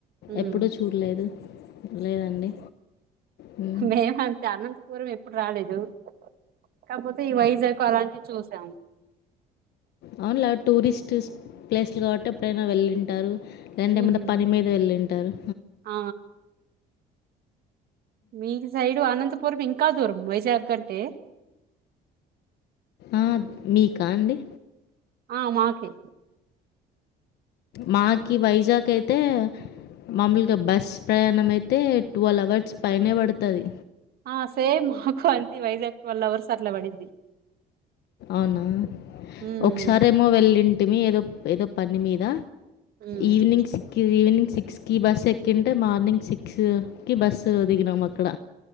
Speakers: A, on the right (about 65°); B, on the left (about 75°).
A: ఉమ్
B: ఎప్పుడుూ చూడ్లేదు లేదండి. మ్మ్.
A: మేం అంతే అనంతపూరం ఎప్. పుడు రాలేదు కాకపోతే ఈ వైజాగ్ అలాంటివి చూసాం.
B: అవునులే టూరిస్ట్స్ ప్లేస్లు గావట్టి ఎప్పుడైనా వెళ్ళింటారు. లేదంటే
A: ఉమ్
B: ఏమన్న పని మీద వెళ్ళింటరు‌.
A: ఆ మీక్ సైడు అనంతపురం ఇంకా దూరం వైజాగ్ కంటే.
B: ఆ మీకా అండి.
A: ఆ మాకే.
B: మాక్ ఈ వైజాగ్ అయితే. మాముల్గా బస్ ప్రయాణం అయితే ట్వెల్వ్ అవర్స్ పైనే పడ్తది.
A: ఆ సేమ్ మాకు అంతే వైజాగ్ టువెల్వ్ అవర్స్ అట్లా పడిద్ది.
B: ఔనా
A: ఉమ్
B: ఒకసారి ఏమో వెళ్ళింటిమి ఏదో ఏదో. పని మీద
A: ఉమ్
B: ఈవినింగ్స్ సిక్. గా ఈవినింగ్ సిక్స్కి బస్ ఎక్కింటే మార్నింగ్ సిక్స్. కి బస్సు దిగినాం అక్కడ.